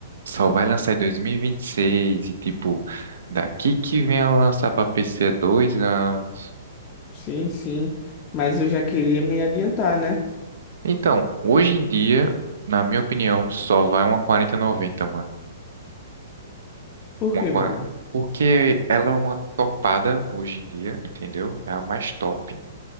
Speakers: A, on the right; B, on the left.
A: só vai lançar em 2026 e vinte e seis e tipo daqui que vem a lançar pra PC é dois anos.
B: Sim, sim. Mas eu já queria me adiantar, né?
A: Então, hoje em dia, na minha opinião, só vai uma quarenta e noventa mano.
B: Por
A: Uma
B: quê,
A: 40
B: mano?
A: Porque ela é uma topada hoje em dia, entendeu? É a mais top.